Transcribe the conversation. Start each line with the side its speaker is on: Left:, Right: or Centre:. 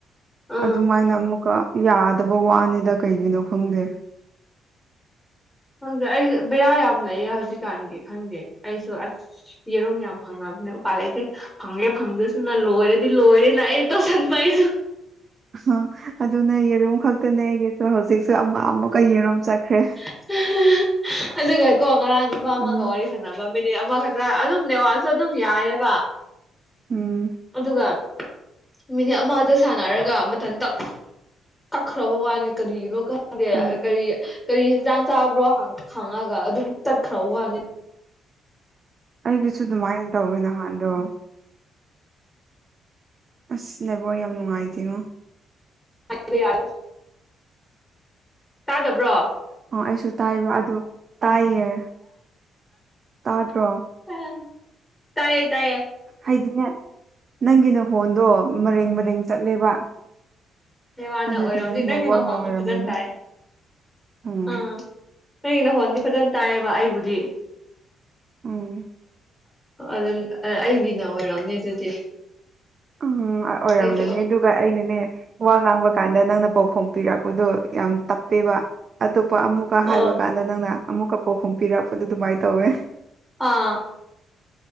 Left: ꯎꯝ
Right: ꯑꯗꯨꯃꯥꯏꯅ ꯑꯃꯨꯛꯀ ꯌꯥꯗꯕ ꯋꯥꯅꯤꯗ ꯀꯩꯒꯤꯅꯣ ꯈꯪꯗꯦ
Left: ꯈꯪꯗꯦ ꯑꯩꯁꯨ ꯕꯦꯔꯥ ꯌꯥꯝ ꯂꯩꯌꯦ ꯍꯧꯖꯤꯛꯀꯥꯟꯒꯤ ꯈꯪꯗꯦ ꯑꯩꯁꯨ ꯑꯁ ꯌꯦꯔꯨꯝ ꯌꯥꯝ ꯐꯪꯉꯕꯅꯦ ꯎꯄꯥꯏ ꯂꯩꯩꯇꯦ ꯐꯪꯉꯦ ꯐꯪꯖꯁꯨꯅ ꯂꯣꯏꯔꯗꯤ ꯂꯣꯏꯔꯦꯅ ꯑꯩ ꯇꯧꯁꯟꯕ ꯑꯩꯁꯨ
Right: ꯑ ꯑꯗꯨꯅꯦ ꯌꯦꯔꯨꯝ ꯈꯛꯇꯅꯦ ꯑꯩꯒꯤꯗꯣ ꯍꯧꯖꯤꯛꯁꯨ ꯑꯃꯥ ꯑꯃꯨꯛꯀ ꯌꯦꯔꯨꯝ ꯆꯠꯈ꯭ꯔꯦ
Left: <unintelligible> ꯑꯗꯨꯒ ꯀꯣ ꯉꯔꯥꯡ ꯅꯨꯄꯥ ꯑꯃꯒ
Right: ꯎꯝ
Left: ꯋꯥꯔꯤ ꯁꯥꯟꯅꯕ ꯃꯤꯅꯤꯠ ꯑꯃꯈꯛꯇ ꯑꯗꯨꯝ ꯅꯦꯋꯥꯁꯨ ꯑꯗꯨꯝ ꯌꯥꯏꯑꯕ
Right: ꯎꯝ
Left: ꯑꯗꯨꯒ ꯃꯤꯅꯤꯠ ꯑꯃꯗ ꯁꯥꯟꯅꯔꯒ ꯃꯊꯟꯇ ꯀꯛꯈ꯭ꯔꯕ ꯋꯥꯅꯤ ꯀꯔꯤꯒꯤꯅꯣ ꯈꯪꯗꯦ
Right: ꯎꯝ
Left: ꯀꯔꯤ ꯀꯔꯤ ꯍꯦꯟꯖꯥꯡ ꯆꯥꯕ꯭ꯔꯣ ꯍꯥꯡꯉꯒ ꯑꯗꯨꯝ ꯈꯠꯈ꯭ꯔꯕ ꯋꯥꯅꯦ
Right: ꯑꯩꯒꯤꯁꯨ ꯑꯗꯨꯃꯥꯏꯅ ꯇꯧꯋꯦ ꯅꯍꯥꯟꯗꯣ ꯑꯁ ꯅꯦꯠꯋꯥꯛ ꯌꯥꯝ ꯅꯨꯡꯉꯥꯏꯇꯦꯉꯣ
Left: <unintelligible> ꯇꯥꯗꯕ꯭ꯔꯣ
Right: ꯑꯣ ꯑꯩꯁꯨ ꯇꯥꯏꯕ ꯑꯗꯣ ꯇꯥꯏꯌꯦ ꯇꯥꯗ꯭ꯔꯣ
Left: ꯑ ꯇꯥꯏꯌꯦ ꯇꯥꯏꯌꯦ꯫
Right: ꯍꯥꯏꯗꯤꯅꯦ ꯅꯪꯒꯤ ꯅꯈꯣꯟꯗꯣ ꯃꯔꯦꯡ ꯃꯔꯦꯡ ꯆꯠꯂꯦꯕ
Left: ꯍꯦ ꯋꯥꯅ
Right: ꯑꯗꯨꯒꯤꯅꯦ
Left: ꯑꯣꯏꯔꯝꯅꯤ ꯅꯪꯒꯤ
Right: ꯅꯦꯠꯋꯥꯛꯅ
Left: ꯅꯈꯣꯟꯗꯤ
Right: ꯑꯣꯏꯔꯝꯒꯅꯤ
Left: ꯐꯖꯅ ꯇꯥꯏ
Right: ꯎꯝ
Left: ꯑꯥ ꯅꯩꯅꯒꯤ ꯍꯣꯟꯗꯤ ꯐꯖꯅ ꯇꯥꯏꯌꯦꯕ ꯑꯩꯕꯨꯗꯤ
Right: ꯑꯝ
Left: ꯑꯗꯨ ꯑꯩꯒꯤꯅ ꯑꯣꯏꯔꯝꯅꯦ ꯑꯗꯨꯗꯤ
Right: ꯎꯝ ꯑꯣꯏꯔꯝꯒꯅꯤ
Left: ꯑꯩꯗꯣ
Right: ꯑꯗꯨꯒ ꯑꯩꯅꯅꯦ꯫ ꯋꯥ ꯉꯥꯡꯕ ꯀꯥꯟꯗ ꯅꯪꯅ ꯄꯥꯎꯈꯨꯝ ꯄꯤꯔꯛꯄꯗꯣ ꯌꯥꯝ ꯇꯞꯄꯦꯕ ꯑꯇꯣꯞꯄ ꯑꯃꯨꯛ ꯀ ꯍꯥꯏꯕ
Left: ꯑꯣ
Right: ꯀꯥꯟꯗ ꯅꯪꯅ ꯑꯃꯨꯛꯀ ꯄꯧꯈꯨꯝ ꯄꯤꯔꯛꯄꯗꯨ ꯗꯨꯃꯥꯏꯅ ꯇꯧꯋꯦ꯫
Left: ꯑꯥ꯫